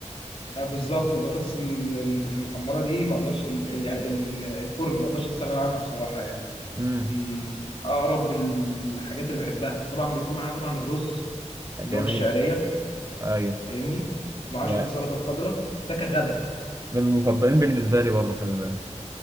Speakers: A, on the left; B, on the right.
A: آه، بالظبط البطاطس ال- ال- المحمره دي ما اقدرش ال- يعني ال- الفرن ما اقدرش استغنى عنها بصراحه يعني
B: امم
A: من اقرب الحاجات اللي بحبها طبعا بيكون معاها طبعا الرز
B: جميل
A: اللي هو بالشعريه
B: ايوه
A: فاهمني ومعاه
B: يا
A: شويه السلطه الخضراء ده كغدا
B: من المفضلين بالنسبه لي برضو خلي بالك